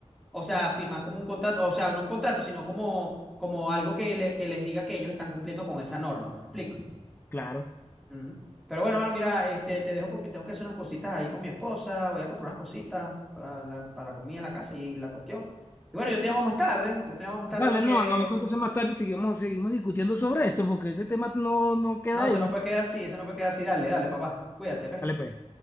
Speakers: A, in the centre; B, on the left.
A: o sea, firmar como un contrato, o sea, no un contrato, sino como, como algo que, le- que les diga que ellos están cumpliendo con esa norma, pues, ¿me explico?
B: Claro.
A: Ujú. Pero bueno, mano, mira, este, te dejo porque tengo que hacer unas cositas ahí con mi esposa, voy a comprar unas cositas para la, para la comida, la casa y la cuestión. Y bueno, yo te llamo más tarde, yo te llamo más tarde
B: Vale,
A: para que...
B: no, nos vemos entonces más tarde y seguimos, seguimos discutiendo sobre esto, porque ese tema no, no queda
A: No, eso
B: ahí.
A: no puede quedar así, eso no puede quedar así, dale, dale, papá, cuídate, pues.
B: Dale, pues.